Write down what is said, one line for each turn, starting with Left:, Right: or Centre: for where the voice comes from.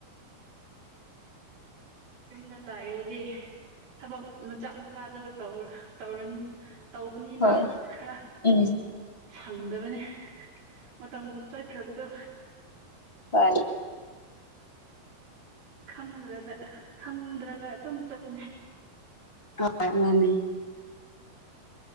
Right: ꯌꯨꯝꯗ ꯂꯥꯛꯔꯗꯤ ꯊꯕꯛ ꯃꯆꯥ ꯃꯆꯥꯗꯣ ꯇꯧꯔꯅꯤ ꯇꯧꯕꯅꯤꯅ
Left: ꯍꯣꯏ
Right: ꯈꯔ
Left: ꯎꯝ
Right: ꯁꯪꯗꯕꯅꯤ ꯃꯇꯝ ꯆꯠꯈ꯭ꯔꯕꯗꯣ
Left: ꯍꯣꯏ
Right: ꯈꯪꯗ꯭ꯔꯗ ꯍꯪꯗ꯭ꯔꯒ ꯑꯗꯨꯝ ꯆꯠꯅꯦ
Left: ꯍ ꯃꯥꯅꯤ